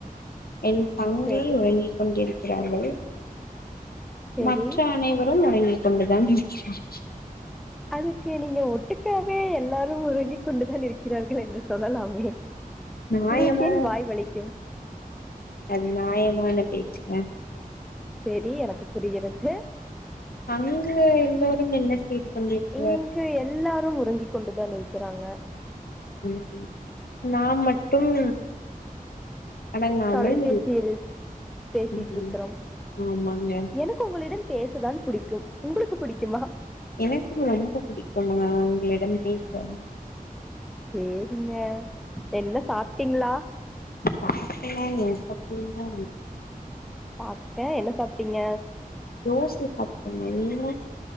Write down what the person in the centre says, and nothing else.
சரி
சரி
அதுக்கு நீங்க ஒட்டுக்காவே எல்லாரு உறங்கி கொண்டுதான் இருக்கிறார்கள் என்று சொல்லலாமே
உங்களுக்கு என் வாய் வலிக்கு
செரி எனக்கு புரிகிறது
இங்கு எல்லாரும் உறங்கி கொண்டுதான் இருக்கிறாங்க
தொலைபேசியில் பேசிட்டுருக்கறம்
எனக்கு உங்களிடம் பேசதான் புடிக்கும் உங்களுக்கு புடிக்குமா
பேசுங்க என்ன சாப்ட்டீங்ளா
சாப்ட்டே என்ன சாப்ட்டீங்க